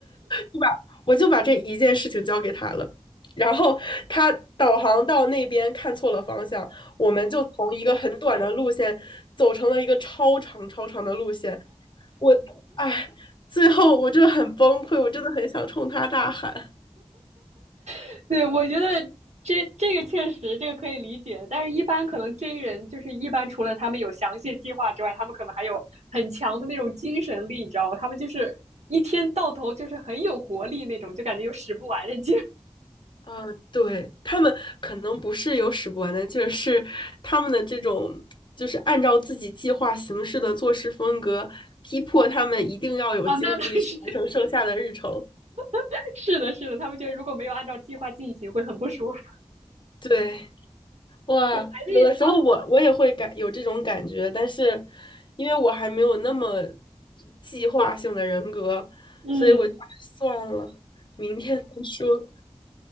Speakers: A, on the left; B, on the right.
A: 对吧我就把这一件事情交给他了，然后他导航到那边看错了方向，我们就从一个很短的路线走成了一个超长超长的路线。我，哎，最后我真的很崩溃，我真的很想冲他大喊。
B: <laughs> 对，我觉得这这个确实这个可以理解，但是一般可能 J 人就是一般除了他们有详细的计划之外，他们可能还有很强的那种精神力，你知道吗？他们就是一天到头就是很有活力那种，就感觉有使不完的劲儿。
A: 啊，对，他们可能不是有使不完的劲儿，是他们的这种就是按照自己计划行事的做事风格，逼迫他们一定要有精力去完成剩下的日程。
B: 啊，那那是 <laughs> 是的，是的，他们觉得如果没有按照计划进行，会很不舒服。
A: 对。哇，
B: 我还是啊，
A: 有的时候我我也会感有这种感觉，但是因为我还没有那么计划性的人格，
B: 嗯。
A: 所以我就哎算了，明天再说。